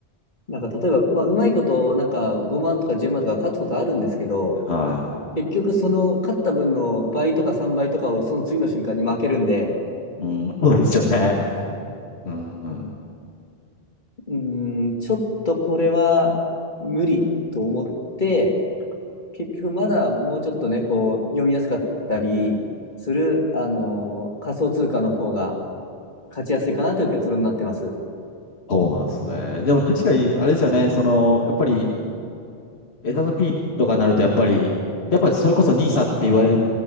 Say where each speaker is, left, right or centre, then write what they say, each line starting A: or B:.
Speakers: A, on the left (about 45°); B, on the left (about 75°).
A: なんか例えば、まあ、うまいこと、なんか5万とか10万とか勝つことあるんですけど、
B: は
A: 結局その勝った分の倍とか3倍とかをその次の瞬間に負けるんで、
B: い。うん。そうですよね。うん。うん。
A: うーん、ちょっとこれは無理と思って、結局まだもうちょっとね、こう読みやすかったりする、あのー仮想通貨の方が勝ちやすいかなという結論になってます。
B: そうなんですね。でも確かに、あれですよね。その、やっぱり、エスアンドピーとかになると、やっぱり、やっぱりそれこそニーサって言われる